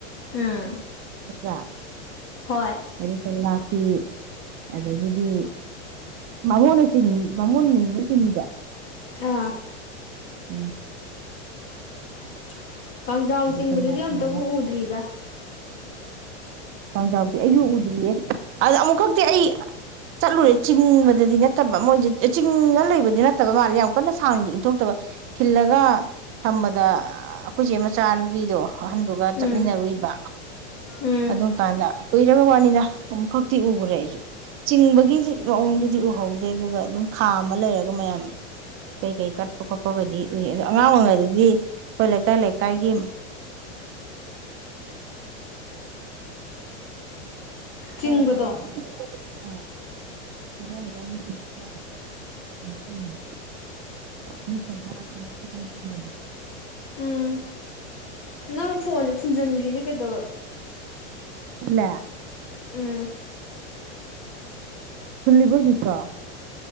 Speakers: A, on the left; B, on the right.
A: ꯎꯝ
B: ꯅꯠꯇꯔꯥ
A: ꯍꯣꯏ
B: ꯍꯩꯔꯨꯛꯀ ꯂꯥꯠꯄ ꯄ ꯑꯗꯒꯤꯗꯤ ꯕꯥꯃꯣꯟꯅ ꯕꯥꯃꯣꯟꯅꯅꯤꯅꯥ ꯆꯤꯡꯉꯤꯗꯣ
A: ꯑꯥ
B: ꯑꯣꯝ <inaudible>
A: ꯑꯗꯨ <unintelligible> ꯀꯥꯡꯖꯥꯎ ꯆꯤꯡꯕꯗꯨꯗꯤ
B: ꯆꯣꯡꯉꯥ ꯊꯥꯔꯒ
A: ꯑꯝꯇꯕꯨ ꯎꯗ꯭ꯔꯤꯗ꯫ ꯎ <inaudible>
B: ꯀꯥꯡꯖꯥꯎꯁꯦ ꯑꯩꯁꯨ ꯎꯗ꯭ꯔꯤꯌꯦ꯫ ꯑꯗ ꯑꯃꯨꯛꯈꯛꯇꯤ ꯑꯩ ꯆꯠꯂꯨꯔꯦ ꯆꯤꯡꯕꯗꯗꯤ ꯅꯠꯇꯕ ꯃꯣꯏ ꯆꯤꯡꯉ ꯂꯩꯕꯗꯤ ꯅꯠꯇꯕ ꯃꯥꯜꯂꯦ ꯌꯥꯝ ꯀꯟꯅ ꯁꯥꯡ ꯏꯟꯊꯣꯛꯇꯕ ꯈꯤꯜꯂꯒ ꯊꯝꯕ ꯗ ꯑꯩꯈꯣꯏ ꯆꯦ ꯃꯆꯥꯅꯨꯄꯤꯗꯣ ꯑꯍꯟꯗꯨꯒ ꯆꯠꯃꯤꯟꯅꯔꯨꯏꯕ
A: ꯎꯝ ꯎꯝ
B: ꯑꯗꯨꯝ ꯀꯥꯟꯗ ꯀꯨꯏꯔꯕ ꯋꯥꯅꯤꯗ ꯑꯃꯨꯛꯈꯛ ꯑꯤ ꯎꯒ꯭ꯔ ꯆꯤꯡꯕꯒꯤ ꯍꯧꯖꯤ ꯃꯑꯣꯡꯗꯨꯗꯤ ꯎꯍꯧꯗꯦ ꯑꯗꯨꯒ ꯑꯗꯨꯝ ꯈꯥ ꯑꯃ ꯂꯩꯔꯒ ꯃꯌꯥꯝ ꯀꯩ ꯀꯩ ꯀꯠꯄ ꯈꯣꯠꯄꯒꯩꯗꯤ ꯎꯏ ꯑꯣ ꯑꯉꯥꯡ ꯑꯣꯏꯔꯤꯉꯩꯗꯗꯤ ꯑꯩꯈꯣꯏ ꯂꯩꯀꯥꯏ ꯂꯩꯀꯥꯏꯒꯤ ꯀꯔꯦ
A: ꯆꯤꯡꯕꯗꯣ
B: ꯀꯒꯤ ꯑꯥ ꯂꯩꯀꯥꯏ ꯂꯩꯀꯥꯏꯒꯤ ꯆꯗ ꯀꯩꯅꯣ ꯇꯧꯕꯗꯣ ꯑꯨ ꯐꯅꯄꯅ ꯈꯣꯠꯇꯅ ꯊꯝꯃꯕꯗꯣ
A: ꯎꯝ ꯅꯪ ꯐꯣꯟꯁꯦ ꯐꯨꯟꯖꯟꯈꯔꯤꯁꯦ ꯀꯩꯗꯧꯔ
B: ꯂ
A: ꯎꯝ
B: ꯐꯜꯂꯤꯕ ꯀ